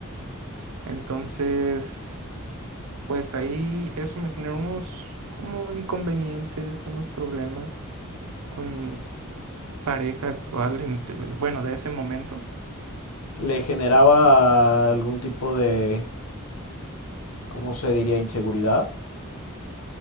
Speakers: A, on the right (about 85°); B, on the left (about 85°).
A: Entonces, pues ahí eso me generó unos como inconvenientes, unos problemas con mi pareja actual, en- de- bueno, de ese momento.
B: le generaba algún tipo de, ¿cómo se diría? Inseguridad.